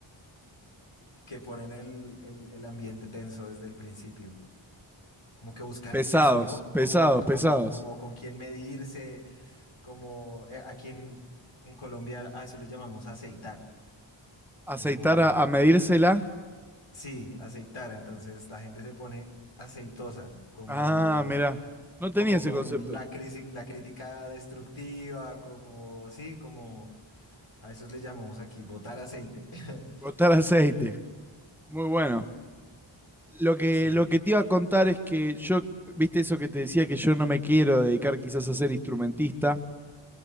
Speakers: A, on the left; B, in the centre.
A: que ponen el, el- el ambiente tenso desde el principio. Como que buscan
B: Pesados,
A: es eso, ¿no?
B: pesados,
A: Como,
B: pesados.
A: como, como con quién medirse, como eh, a quién en Colombia a eso le llamamos aceitar.
B: Aceitar
A: Como,
B: a, a medírsela.
A: sí, aceitar. Entonces la gente se pone aceitosa, como
B: Ah, mirá. No tenía
A: como
B: ese
A: con
B: concepto.
A: la crisis, la crítica destructiva, como, sí, como a eso le llamamos aquí, botar aceite. <laughs>
B: Botar aceite. Muy bueno. Lo que,
A: Sí,
B: lo que te iba a contar es que yo, viste eso que te decía que yo no me quiero dedicar quizás a ser instrumentista,